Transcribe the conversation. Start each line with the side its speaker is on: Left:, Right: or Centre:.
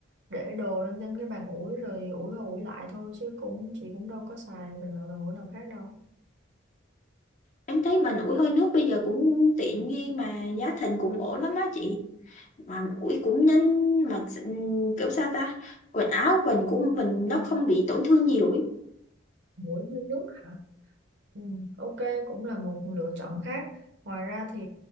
Right: để đồ lên trên cái bàn ủi rồi ủi qua ủi lại thôi chứ cũng chị cũng đâu có xài bằng loại bàn ủi nào khác đâu
Left: Em thấy bàn ủi hơi nước bây giờ cũng tiện nghi mà giá thành cũng ổn lắm á chị. Mà ủi cũng nhanh mà s- kiểu sao ta? Quần áo quần của mình nó không bị tổn thương nhiều ý.
Right: mũi với nước hả ừ, ok cũng là một lựa chọn khác ngoài ra thì